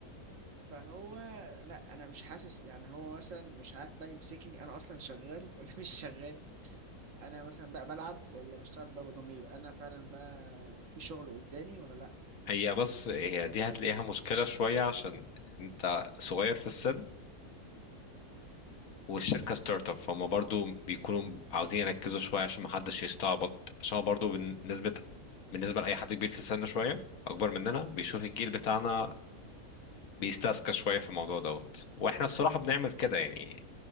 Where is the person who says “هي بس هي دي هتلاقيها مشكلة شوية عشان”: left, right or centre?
Left